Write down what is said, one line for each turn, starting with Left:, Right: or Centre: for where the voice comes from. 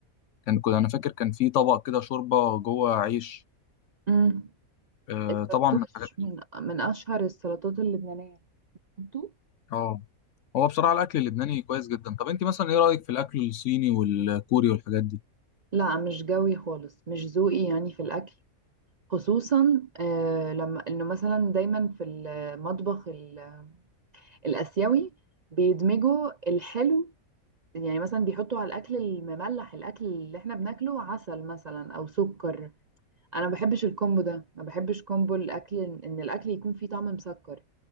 Left: كان كنت انا فاكر كان في طبق كده شوربه جوه عيش
Right: مم.
Left: آه،
Right: الفتوش
Left: طبعا من الحاجات
Right: من من أشهر السلطات اللبنانية انتوا؟
Left: اه هو بصراحة الأكل اللبناني كويس جدا طب أنت مثلا إيه رأيك في الأكل الصيني والكوري والحاجات دي؟
Right: لا مش جوي خالص مش ذوقي يعني في الأكل خصوصا آه، لما انه مثلا دايما في المطبخ ال- الاسيوي بيدمجوا الحلو يعني مثلا بيحطوا على الاكل المملح الاكل اللي احنا بناكله عسل مثلا او سكر انا ما بحبش الكومبو ده ما بحبش كومبو الاكل ان الاكل يكون فيه طعم مسكر